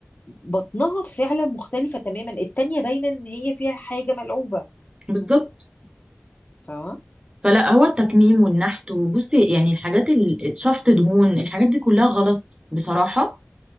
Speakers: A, on the left; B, on the right.
A: بطنها فعلا مختلفه تماما التانيه باينه ان هي فيها حاجه ملعوبه
B: بالظبط
A: فاهمه
B: فلا هو التكميم والنحت وبصي يعني الحاجات ال- شفط دهون الحاجات دي كلها غلط بصراحة